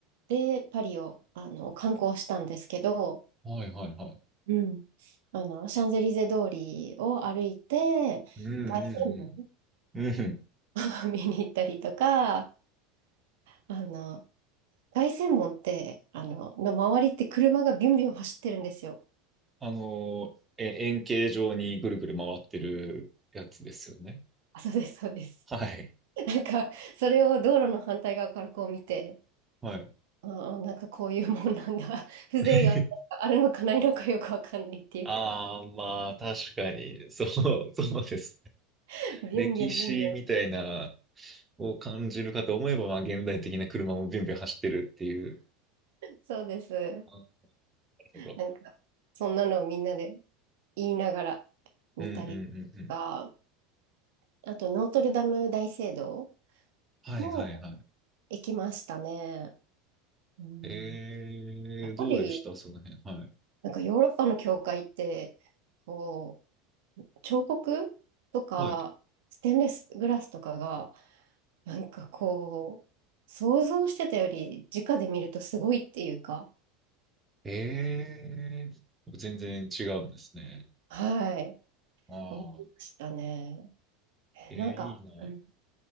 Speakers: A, on the right (about 70°); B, on the right (about 20°).
A: でパリを、あの、観光したんですけど、
B: はいはいはい。
A: うん。あの、シャンゼリゼ通りを歩いて、
B: うんうん
A: 凱旋門を
B: うん。うん。
A: <laughs> 見に行ったりとか、あの、凱旋門って、あの、の周りって車がビュンビュン走ってるんですよ。
B: あの、え、円形状にぐるぐる回ってるやつですよね。
A: あ、そうです、そうです。
B: はい。
A: <laughs> なんか、それを道路の反対側からこう見て、
B: はい。
A: ああ、なんかこういうもんなんだ。<laughs> 風情があるのかないのかよくわかんないっていうか、
B: <laughs> ああ、まあ、確かに、そう、そうです。
A: <laughs> ビュンビュンビュンビュン。
B: 歴史みたいな、を感じるかと思えば、まあ、現代的な車もビュンビュン走ってるっていう。
A: そうです。
B: あ、なるほど。
A: なんか、そんなのをみんなで言いながら見たりとか、
B: うんうんうんうん。
A: あと、ノートルダム大聖堂
B: はいはいはい。
A: も行きましたね。うん、
B: えー、
A: やっぱり、
B: どうでしたその辺。はい。
A: なんかヨーロッパの教会って、こう、彫刻とか、
B: はい。
A: ステンレスグラスとかが、なんかこう、想像してたより直で見るとすごいっていうか、
B: えー、全然違うんですね。
A: はい、
B: ああ、
A: 思いましたね。え、
B: えー、
A: なんか、
B: いいな。
A: うん、